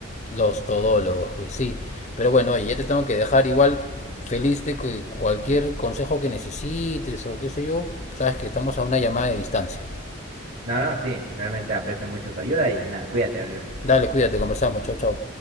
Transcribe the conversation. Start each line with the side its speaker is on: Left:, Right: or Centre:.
Left: Los todólogos, pues sí. Pero bueno, ya te tengo que dejar igual feliz de que cualquier consejo que necesites o qué sé yo, sabes que estamos a una llamada de distancia.
Right: No, no, sí. Realmente aprecio mucho tu ayuda y nada, cuídate, Oliver.
Left: Dale, cuídate, conversamos, chao, chao.